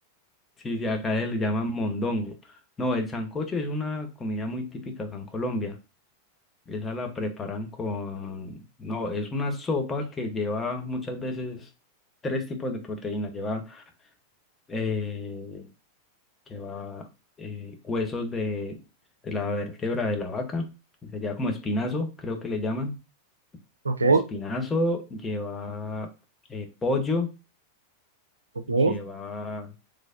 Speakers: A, on the left (about 15°); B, on the right (about 75°).
A: Sí, sí, acá se le llaman mondongo. No, el sancocho es una comida muy típica acá en Colombia. Esa la preparan con... No, es una sopa que lleva muchas veces tres tipos de proteína. Lleva, eh, lleva eh, huesos de, de la vértebra de la vaca. que Sería como espinazo, creo que le llaman.
B: ¿Ok?
A: Espinazo, lleva eh, pollo,
B: ¿Ok?
A: lleva
B: No,